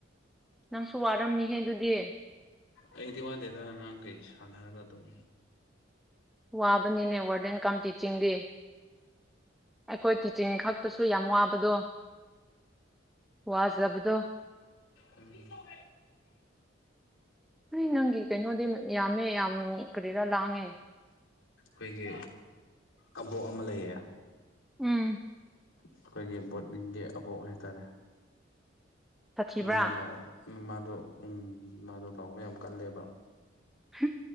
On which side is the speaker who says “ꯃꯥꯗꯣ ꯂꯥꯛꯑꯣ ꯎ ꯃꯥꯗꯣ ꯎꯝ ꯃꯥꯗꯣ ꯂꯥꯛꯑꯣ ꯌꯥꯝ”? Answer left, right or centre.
Left